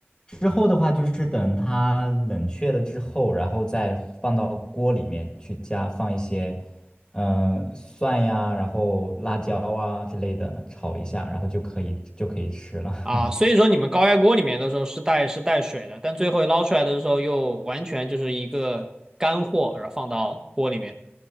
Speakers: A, on the left; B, on the right.
A: 之后的话，就是等它冷却了之后，然后再放到锅里面去加放一些，嗯、蒜呀，然后辣椒啊之类的炒一下，然后就可以就可以吃了。
B: 啊，
A: <laughs>
B: 所以说你们高压锅里面的时候是带是带水的，但最后捞出来的时候又完全就是一个干货，然后放到锅里面。